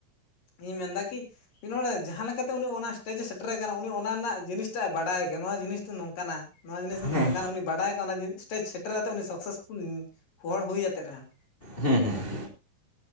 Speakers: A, on the left; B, on the left.
A: ᱤᱧ ᱢᱮᱱᱫᱟ ᱠᱤ ᱠᱤ ᱱᱚᱰᱮ ᱡᱟᱦᱟᱸ ᱞᱮᱠᱟ ᱛᱮ ᱩᱱᱤ ᱚᱱᱟ ᱥᱴᱮᱡᱮ ᱥᱮᱴᱮᱨ ᱠᱟᱱᱟ, ᱩᱱᱤ ᱚᱱᱟ ᱨᱮᱱᱟᱜ ᱡᱤᱱᱤᱥᱴᱟᱜ ᱮ ᱵᱟᱰᱟᱭ ᱠᱟᱱᱟ, ᱱᱚᱣᱟ ᱡᱤᱱᱤᱥ ᱫᱚ ᱱᱚᱝᱠᱟᱱᱟ ᱾ ᱱᱚᱣᱟ ᱡᱤᱱᱤᱥ ᱫᱚ
B: ᱦᱮᱸ
A: ᱱᱷᱟᱝᱠᱟᱱᱟ ᱩᱱᱤ ᱵᱟᱰᱟᱭ ᱠᱚ ᱚᱱᱟ ᱥᱴᱮᱡᱽ ᱥᱮᱴᱮᱨ ᱠᱟᱛᱮ ᱩᱱᱤ ᱥᱟᱠᱥᱮᱥᱯᱷᱩᱞ ᱦᱚᱲ ᱦᱩᱭ ᱟᱛᱮᱫ ᱨᱮᱦᱚᱸ
B: ᱦᱩᱸ ᱦᱩᱸ ᱾